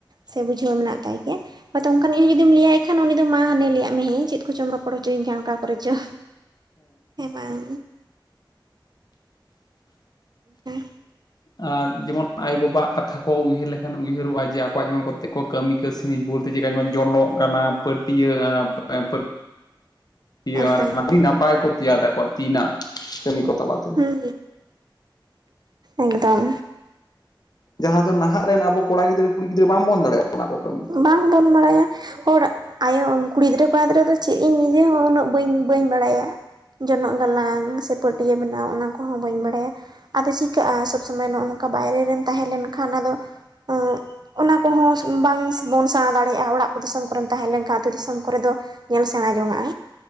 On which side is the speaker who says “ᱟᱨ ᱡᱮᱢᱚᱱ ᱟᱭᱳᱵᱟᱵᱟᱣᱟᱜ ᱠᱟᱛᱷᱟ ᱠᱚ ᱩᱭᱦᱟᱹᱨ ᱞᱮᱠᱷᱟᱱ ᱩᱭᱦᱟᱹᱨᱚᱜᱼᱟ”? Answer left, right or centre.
Left